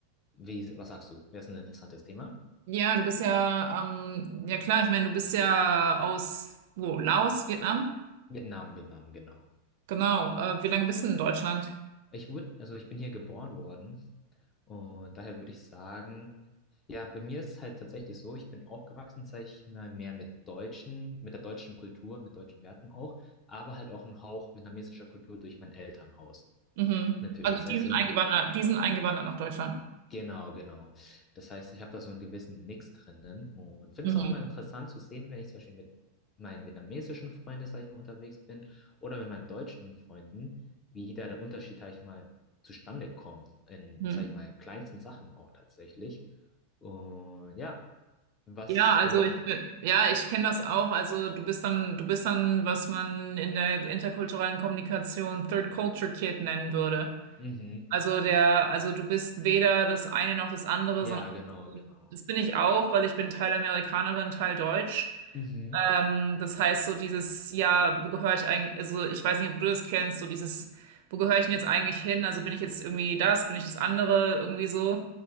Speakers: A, on the left; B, on the right.
A: Wie, was sagst du? Wäre es ein interessantes Thema?
B: Ja, du bist ja, ähm, ja klar, ich meine, du bist ja aus, wo, Laos, Vietnam?
A: Vietnam, Vietnam, genau.
B: Genau. Äh, wie lange bist du in Deutschland?
A: Ich wurde, also ich bin hier geboren worden und daher würde ich sagen, ja, bei mir ist es halt tatsächlich so, ich bin aufgewachsen, sag ich mal, mehr mit deutschen, mit der deutschen Kultur, mit deutschen Werten auch, aber halt auch ein Hauch vietnamesischer Kultur durch mein Elternhaus.
B: Mhm.
A: Natürlich,
B: Also
A: das
B: die
A: heißt,
B: sind
A: so ein,
B: eingewandert, die sind eingewandert nach Deutschland.
A: Genau, genau. Das heißt, ich habe da so einen gewissen Mix drinnen und finde
B: Mhm.
A: es auch immer interessant zu sehen, wenn ich zum Beispiel mit meinen vietnamesischen Freunden, sag ich mal, unterwegs bin oder mit meinen deutschen Freunden, wie da der Unterschied, sag ich mal, zustande kommt in,
B: Mhm.
A: sag ich mal, kleinsten Sachen auch tatsächlich. Und ja, was,
B: Ja, also
A: also,
B: ich bin, ja, ich kenne das auch. Also du bist dann, du bist dann, was man in der interkulturellen Kommunikation Third Culture Kid nennen würde.
A: mhm,
B: Also der, also du bist weder das eine noch das andere,
A: ja,
B: sondern
A: genau, genau.
B: das bin ich auch, weil ich bin Teil Amerikanerin, Teil Deutsch.
A: Mhm,
B: Ähm, das heißt, so dieses, ja, wo gehöre ich eigentlich, also ich weiß nicht, ob du das kennst, so dieses, wo gehöre ich denn jetzt eigentlich hin? Also bin ich jetzt irgendwie das, bin ich das andere, irgendwie so.